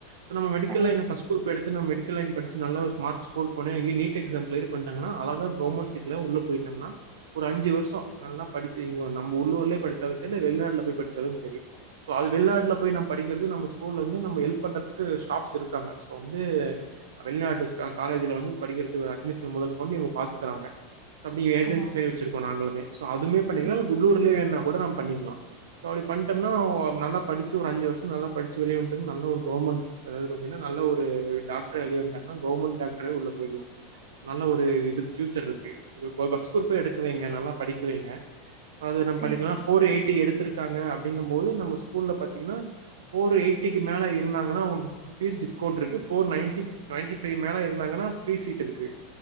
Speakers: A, on the right (about 80°); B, on the right (about 45°).
A: சோ நம்ம மெடிக்கல்ல
B: ஆ
A: ஃபஸ்ட் குருப் எடுத்து மெடிக்கல் லைன் படிச்சு நல்ல ஒரு மார்க் ஸ்கோர் பண்ணி நீ நீட் எக்ஸாம் கிளியர் பண்ணிட்டாங்கன்னா அழகா கவர்மெண்ட் சீட்ல உள்ள போயிட்டோம்ன்னா ஒரு அஞ்சு வருஷம் நல்லா படிச்சு இங்க நம்ம உள்ளூர்ல படிச்சாலும் சேரி இல்ல வெளிநாட்டுல போயி படிச்சாலும் சேரி சோ அது வெளிநாட்டுல போயி நம்ம படிக்கிறது நம்ம ஸ்கூல்ல வந்து நம்ம ஹெல்ப் பண்றதுக்கு ஸ்டாப்ஸ் இருக்காங்க சோ வந்து வெளிநாட்டு காலேஜ்ல வந்து படிக்கிறதுக்கு அட்மிஷன் முதல் கொண்டு இவங்க பார்த்துக்கிறாங்க சோ அப்டியே ஏஜென்சி
B: ஆ
A: மாரி வச்சிருக்கோ நாங்களும சோ அதுமே பண்ணிக்கல
B: சரி,
A: இல்ல உள்ளூர்லயே வேன கூட நமம் பண்ணிக்கலாம் சோ அப்டி பன்னிட்டேம்ன்னா நல்லா படிச்சு ஒரு அஞ்சு வருஷம் நல்லா படிச்ச வெளிய வந்துட்டு நல்ல ஒரு கவர்மெண்ட் அதாவது பார்த்தீங்கன்னா நல்ல ஒரு டாக்டர் அழிய மாட்டங்கன்னா கவுவர்மெண்ட டாக்டர்ரே உள்ள போயிடலாம் நல்ல ஒரு இது பியூச்சர் இருக்கு ஃபஸ்ட் குருப்ப எடுக்க வைங்க நல்லா படிக்க வைங்க சோ அது நம்ம
B: சரிங்க.
A: பண்ணிக்கலாம் ஃபோர் எயிட்டி எடுத்திருக்காங்க அப்படிங்கும் போது நம்ம ஸ்கூல்லல பார்த்தீங்கன்னா ஃபோர் எயிட்டிக்கு மேல இருந்தாங்கன்னா அவங்களுக்கு ஃபீஸ் டிஸ்கவுண்ட் இருக்கு ஃபோர் நைன் நைன்டிைவ் மேல இருந்தாங்கா ஃபிரி சீட் இருக்கு